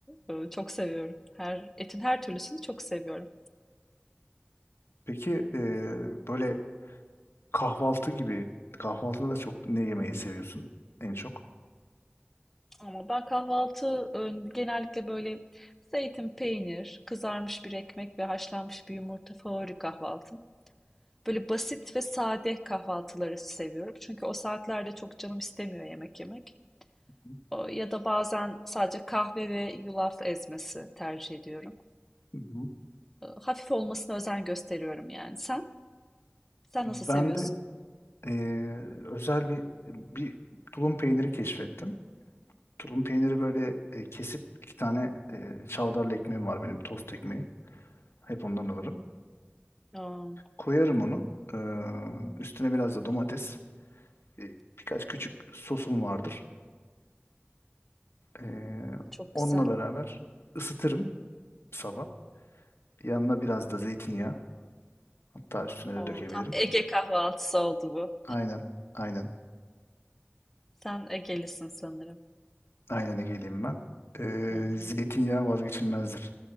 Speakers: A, in the centre; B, on the left.
A: Ee, Çok seviyorum. Her, etin her türlüsünü çok seviyorum.
B: Peki ee, böyle kahvaltı gibi kahvaltıda da çok ne yemeyi seviyorsun en çok?
A: Ama ben kahvaltı ön- genellikle böyle zeytin, peynir, kızarmış bir ekmek ve haşlanmış bir yumurta favori kahvaltım. Böyle basit ve sade kahvaltıları seviyorum. Çünkü o saatlerde çok canım istemiyor yemek yemek.
B: Hı
A: O- Ya da bazen sadece kahve ve yulaf ezmesi tercih ediyorum.
B: hı.
A: E, Hafif olmasına özen gösteriyorum yani. Sen? Sen
B: Ben
A: nasıl seviyorsun?
B: de eee, özel bir bir tulum peyniri keşfettim. Tulum peyniri böyle e, kesip iki tane e, çavdarlı ekmeğim var benim tost ekmeği. Hep ondan alırım.
A: Aa,
B: Koyarım onu. Eee, üstüne biraz da domates. e, birkaç küçük sosum vardır. Eee,
A: çok
B: onunla
A: güzel.
B: beraber ısıtırım sabah. Yanına biraz da zeytinyağı. Hatta üstüne de
A: Oo,
B: dökebilirim.
A: tam Ege kahvaltısı oldu bu.
B: Aynen. Aynen.
A: Sen Egelisin sanırım.
B: Aynen Ege'liyim ben. Ee,
A: Hmm,
B: zeytinyağı vazgeçilmezdir.